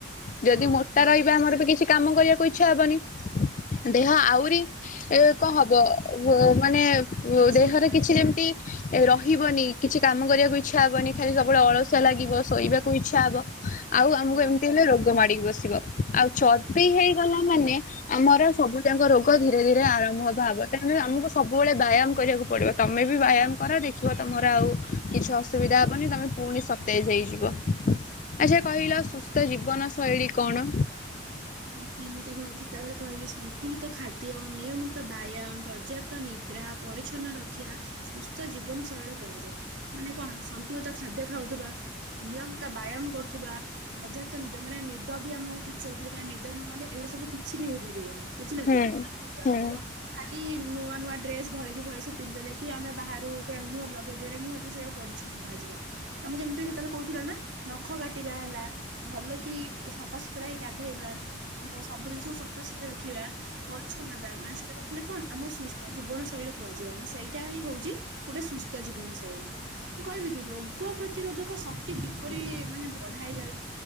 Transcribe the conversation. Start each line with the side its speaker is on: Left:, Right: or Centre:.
Left: ଯଦି
Right: ହଁ।
Left: ମୋଟା ରହିବା ଆମର ବି କିଛି କାମ କରିବାକୁ ଇଚ୍ଛା ହବନି। ଦେହ
Right: ହଁ
Left: ଆହୁରି ଏ କଣ ହବ ମାନେ
Right: ସ୍ୱାସ୍ଥ୍ୟ
Left: ଦେହରେ
Right: ଖରାପ
Left: କିଛି ଯେମିତି ରହିବନି। କିଛି କାମ କରିବାକୁ ଇଚ୍ଛା ହବନି ଖାଲି ସବୁବେଳେ ଅଳସୁଆ ଲାଗିବ ଶୋଇବାକୁ ଇଚ୍ଛା ହବ। ଆଉ ଆମକୁ
Right: ହବ
Left: ଏମତି ଗ୍ ମାଡିକି ବସିିବ। ଆଉ ଚର୍ବି
Right: ହଁ।
Left: ହେଇଗଲା ମାନେ ଆମର ସବୁ ଯାଙ୍କ ରୋଗ ଧୀରେ ଧୀରେ ଆରମ୍ଭ ହବ ଭାବେ ତେଣୁ ଆମକୁ ସବୁବେଳେ ବାୟାମ କରିବାକୁ ପଡିବ। ତମେ ବି ବାୟାମ କର ଦେଖ ଯିବ ତମର ଆଉ କିଛି ଅସୁବିଧା ହବନି ତମେ ପୁଣି ସତେଇଶ୍ ହେ। ଆଚ୍ଛା କହିଲ ସୁସ୍ ତ ଜୀବନ ଶୈଳୀ କଣ?
Right: ଦେଖ ମୁଁ ତମକୁ ସେତେବେଳେ କହିଲି ସନ୍ତୁଳିତ ଖାଦ୍ୟ, ନିୟମିତ ବ୍ୟାୟାମ, ପର୍ଯ୍ୟାପ୍ତ ନିଦ୍ରା, ପରିଚ୍ଛନ୍ନ ର ଶିକ୍ଷା ସୁସ୍ଥ ଜୀବ ଜୀବନ ଶୈଳୀ କୁହାଯାଏ ମାନେ କଣ ସନ୍ତୁଳିତ ଖାଦ୍ୟ ଖାଉଥିବା ନିୟମିତ ବ୍ୟାୟାମ କରୁଥିବା ପର୍ଯ୍ୟାପ୍ତ ନି ମାନେ ନିଦ ବି ଆମକୁ ଠିକ୍ ସେ ହଉଥିବ କାରଣ ନିଦ ତ ନହେଲେ ଏଗୁଡା ସବୁ କିଛି ବି ହେଇପାରିବନି। ବୁଝିଲ
Left: ହୁଁ
Right: କି ନିଦ ହେଇଥିବ
Left: ହୁଁ
Right: ଖାଲି ନୂଆ ନୂଆ ଡ୍ରେସ ଭଳି କିି ଭଳି ସବୁ ପିନ୍ଧିଥିଲେ କି ଆମେ ବାହାରୁ ପୁରା ମୁହରେ ଲଗେଇଦେଲେ ନୁହତ ସେଇଟାକୁ ପରିଛନ୍ନ କୁହାଯିବ। ତମେ ଯେମିତି ସେତେବେଳେ କହୁଥିଲ ନା ନଖ କାଟିବା ହେଲା ଭଲ କି ସଫାସତୁରା ହେଇ ଗାଧେଇବା। ସବୁ ଜିନିଷକୁ ସଫାସୁଫି ରଖିବା ପରିଛନ୍ନତା ମାନେ ସେଇଟା ରଖିଲେ କଣ ଆମ ସୁସ୍ଥ ଜୀବନ ଶୈଳୀ କୁହାଯିବ ମାନେ ସେଇଟା ହିଁ ହଉଛି ଗୋଟେ ସୁସ୍ଥ ଜୀବନ ଶୈଳୀ। ମୁଁ କହିବି କି ରୋଗ ପ୍ରତିରୋଧକ ଶକ୍ତି କିପରି ମାନେ ବଢାଇ ଯାଇ